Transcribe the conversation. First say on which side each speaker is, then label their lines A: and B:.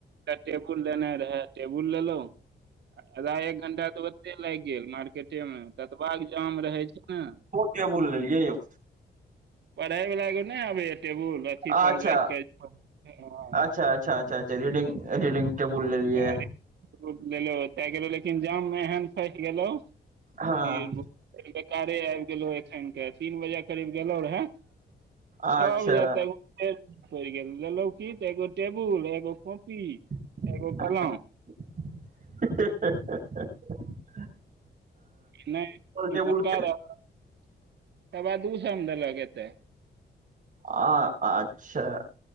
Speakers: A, on the right (about 75°); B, on the right (about 45°).
A: टेबुल देने रहै टेबुल लेलौं आधा एक घंटा तऽ ओते लागि गेल मार्केटेमे ततबाक जाम रहै छैइ ने
B: के बोललेलियै यौ
A: पढ़ैइ बला के नई आबैह टेबुल
B: अच्छा
A: <unintelligible> हँ
B: अच्छा अच्छा अच्छा अच्छा रीडिंग रीडिंग टेबुल
A: अरे
B: लेलियै
A: ककरो लेलो होतैइ लेकिन एकरे जाम में एहन फंस गेलौं
B: हँ
A: बेकारे आइब गेलौं गेलहुँ एखन तीन बजे करीब गेलहुँ रहै छओ
B: अच्छा
A: बजे तक पड़ि गेल लेलहु की तऽ एगो टेबुल एगो कॉपी
B: हे
A: एगो कलम
B: हे हे हे हे हे
A: नहि
B: टेबुल
A: <unintelligible>
B: के
A: सबा दू सौ में देलक ऐते
B: आ अच्छा